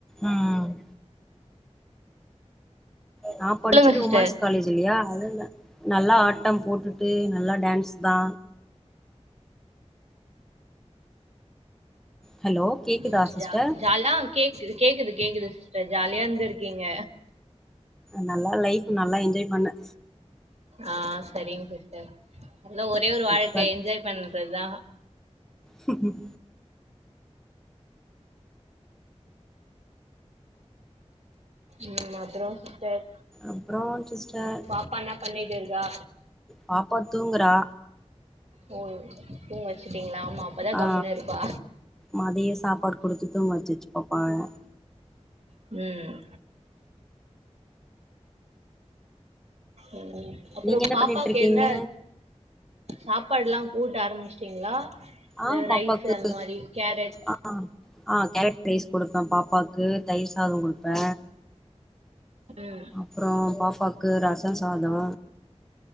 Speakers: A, in the centre; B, on the right.
A: ம் நா படிச்சது
B: சொல்லுங்க சிஸ்டர்
A: உமன்ஸ் காலேஜ் இல்லியா அதுனால நல்லா ஆட் டம் போட்டுட்டு நல்லா டான்ஸ் தா ஹலோ கேக்குதா
B: ம்
A: சிஸ்டர்
B: ஜ ஜால் ஆ கேக்குது கேக்குது கேக்குது சிஸ்டர் ஜாலியா இருந்திருக்கீங்க
A: நல்லா லைஃபு நல்லா என்ஜாய் பண்ண
B: ஆ சரிங் சிஸ்டர் நல்லா ஒரே ஒரு வாழ்க்க
A: இப்ப
B: என்ஜாய் பண்றதா
A: ஹ் ஹ்ம்
B: ம் அப்றோ சிஸ்டர்
A: அப்றோ சிஸ்டர்
B: பாப்பா என்ன பண்ணிட்டு இருக்கா
A: பாப்பா தூங்குறா
B: ஓ தூங்க வச்சுட்டீங்ளா ஆமா அப்பதா
A: ஆ
B: கம்முன்னு இருப்பா
A: மதியோ சாப்பாடு குடுத்து தூங்க வச்சாச்சு பாப்பாவ
B: ம் ம் அப்றோ
A: நீங்க என்ன
B: பாப்பாக்கு
A: பண்ணிட்டு இருக்கீங்க
B: என்ன சாப்பாடுலா ஊட்ட ஆரமிஸ்டீங்ளா
A: ஆ
B: இது
A: பாப்பாக்கு
B: ரைஸு அந்த மாரி கேரட்
A: ஆ ஆ கேரட் ரைஸ் குடுப்ப பாப்பாக்கு தயிர் சாதோ குடுப்ப
B: ம்
A: அப்றோ பாப்பாக்கு ரச சாதோ